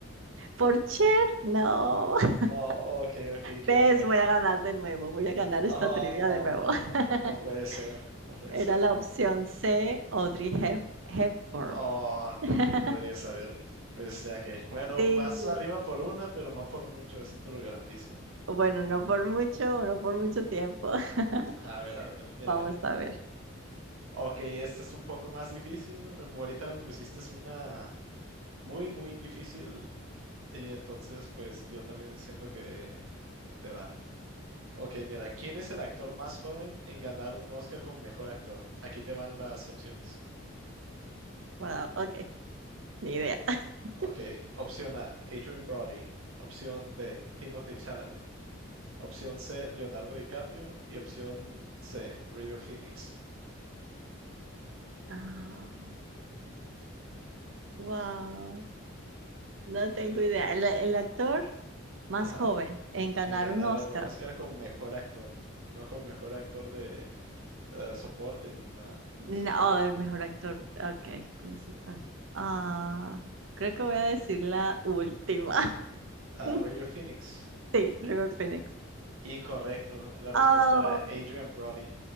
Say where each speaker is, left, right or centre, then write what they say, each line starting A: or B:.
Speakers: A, on the right; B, on the right.
A: Por Cher, no. <laughs>
B: No, ok, ok, ¿quién
A: ¿Ves?
B: fue?
A: Voy a ganar de nuevo. Voy a ganar
B: Oh,
A: esta trivia
B: no,
A: de nuevo.
B: no, no,
A: <laughs>
B: no puede ser, no puede
A: Era
B: ser.
A: la opción C, Audrey Hep- Hepburn.
B: Oh, no,
A: <laughs>
B: no podría saberlo. Pues ya que, bueno,
A: Sí.
B: vas arriba por una, pero no por mucho, eso te lo garantizo.
A: Bueno, no por mucho, no por mucho tiempo. <laughs>
B: A ver, a ver, mira,
A: Vamos
B: mira.
A: a ver.
B: Ok, esta es un poco más difícil. Ahorita me pusiste una muy, muy difícil y entonces pues yo también siento que te va. Ok, mira, ¿quién es el actor más joven en ganar un Oscar como mejor actor? Aquí te van las opciones.
A: Wow, ok, ni idea. <laughs>
B: Ok, opción A, Adrian Brody. Opción B, Timothée Chalamet. Opción C, Leonardo DiCaprio. Y opción C, River Phoenix.
A: Ah, wow, no tengo
B: Eh,
A: idea. El, el actor más
B: Ajá,
A: joven en ganar
B: en ganar
A: un Oscar.
B: el Oscar como mejor actor, no como mejor actor de eh, soporte en una os-
A: Ni na-
B: mejor
A: Oh,
B: actor.
A: el mejor actor, ok, principal.
B: Ujú.
A: Ah, creo que voy a decir la última.
B: Ah,
A: <laughs>
B: River Phoenix.
A: Sí, River Phoenix.
B: Incorrecto. La respuesta
A: Oh,
B: era Adrian Brody.